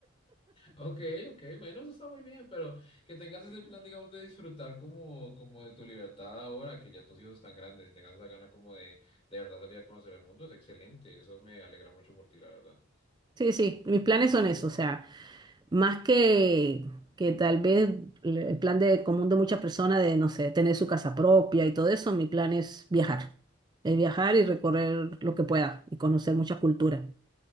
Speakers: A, on the left; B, on the right.
A: Ok, ok, bueno, eso está muy bien, pero que tengas ese plan, digamos, de disfrutar como, como de tu libertad ahora, que ya tus hijos están grandes y tengas esa gana como de, de verdad salir a conocer el mundo, es excelente, eso me alegra mucho por ti, la verdad.
B: Sí, sí, mis planes son eso, o sea, más que, que tal vez l- el plan de común de muchas personas de, no sé, tener su casa propia y todo eso, mi plan es viajar, es viajar y recorrer lo que pueda y conocer muchas culturas.